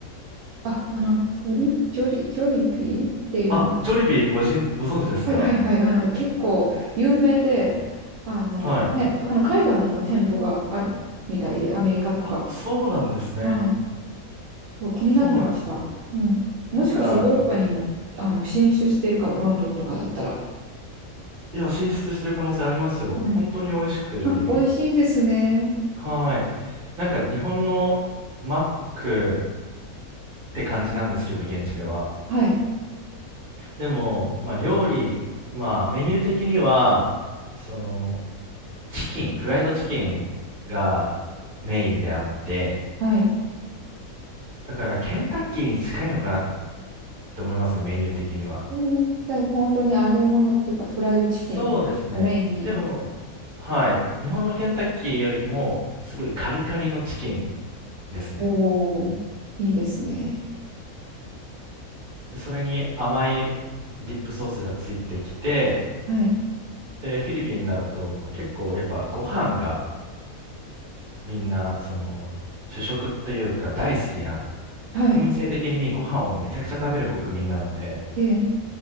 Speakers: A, on the right; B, on the right.
A: あ、あの、ジョリ、ジョリ、ジョリビーっていう、
B: あ、
A: なんか、
B: ジョリビーごじん、ご存知ですか
A: はいはいはい、あの、結構有名で、あの、
B: はい。
A: ね、あの、海外にも店舗があるみたいで、アメリカとか。
B: あ、そうなんですね。
A: はい。そう、気になってました。
B: そうなんです。
A: うん。
B: なんかあの、
A: もしかしてヨーロッパにも、あの、進出してるかも、ロンドンとかだったら。
B: いや、進出してる可能性ありますよ。
A: はい。
B: 本当に美味しくて、ジョリビー。
A: あ、美味しいんですね。
B: はーい。なんか日本のマックって感じなんですけど、現地では。
A: はい。
B: でも、まあ料理、まあメニュー的には、その、チキン、フライドチキンがメインであって、
A: はい。
B: だからケンタッキーに近いのかなって思いますね、メニュー的には。
A: うんじゃあ、本当に揚げ物っていうか、フライドチキンをメインに。
B: そうですね。でも、はい。日本のケンタッキーよりも、すごいカリカリのチキンですね。
A: おお、いいですね。
B: でそれに甘いディップソースがついてきて、
A: はい。
B: で、フィリピンだと結構やっぱご飯がみんな、その、主食というか大好きな、
A: はい。
B: 国民性的にご飯をめちゃくちゃ食べる国民なので、
A: え